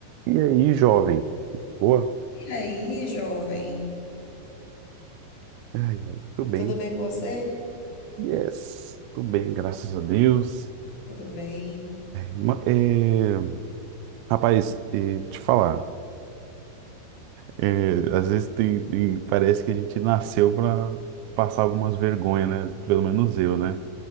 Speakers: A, on the right; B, on the left.
A: E aí, jovem? Boa?
B: E aí, jovem?
A: Ai, ai, tô bem.
B: Tudo bem com você?
A: Yes, tô bem, graças a Deus.
B: Tudo bem.
A: Ma- é, rapaz, é, te falar, é, às vezes tem- tem- parece que a gente nasceu pra passar algumas vergonhas, né? Pelo menos eu, né?